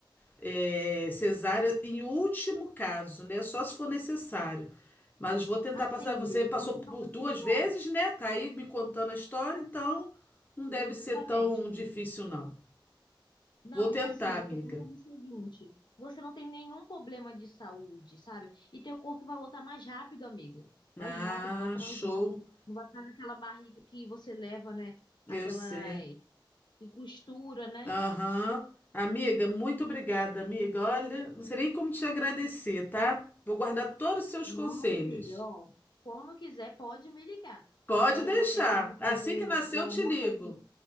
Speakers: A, on the left (about 20°); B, on the left (about 60°).
A: é, cesárea em último caso, né? Só se for necessário. Mas vou tentar
B: Assim,
A: passar. Você
B: amiga,
A: passou
B: se você
A: por
B: falar
A: duas
B: assim,
A: vezes,
B: ó.
A: né? Tá aí me contando a história, então não
B: Exatamente,
A: deve ser tão
B: amiga.
A: difícil, não.
B: Não,
A: Vou tentar,
B: e assim, você
A: amiga.
B: pensa no seguinte: você não tem nenhum problema de saúde, sabe? E teu corpo vai voltar mais rápido, amiga. Mais
A: Ah,
B: rápido, volta
A: show.
B: mais rápido. Não vai ficar com aquela barriga que você leva, né?
A: Eu
B: Aquelas
A: sei.
B: e costura, né?
A: Aham. Amiga, muito obrigada, amiga. Olha, não sei nem como te agradecer, tá? Vou guardar todos os seus
B: Nada,
A: conselhos.
B: amiga, ó. Quando quiser, pode me ligar.
A: Pode
B: Agora
A: deixar.
B: eu vou ter que ir
A: Assim
B: fazer
A: que nascer,
B: o
A: eu
B: almoço
A: te ligo.
B: aqui.